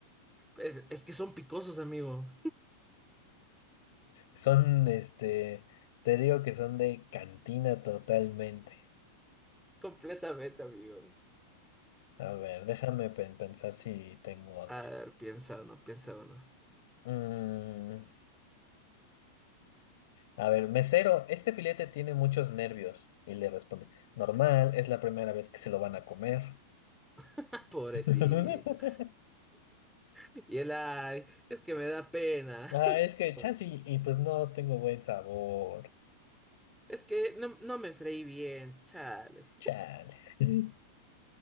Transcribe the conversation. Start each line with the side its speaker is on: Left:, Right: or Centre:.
Centre: Es, es que son picosos, amigo.
Left: Son, este, te digo que son de cantina totalmente.
Centre: Completamente, amigo.
Left: A ver, déjame pen- pensar si tengo otro.
Centre: A ver, piensa uno, piensa uno.
Left: Mm, A ver, mesero, este filete tiene muchos nervios. Y le responde, normal, es la primera vez que se lo van a comer.
Centre: <laughs> Pobrecito.
Left: <laughs>
Centre: Y él, ay, es que me da pena.
Left: Ah,
Centre: <laughs>
Left: es que chance y, y pues no tengo buen sabor.
Centre: Es que no, no me freí bien, chale.
Left: Chale. <laughs>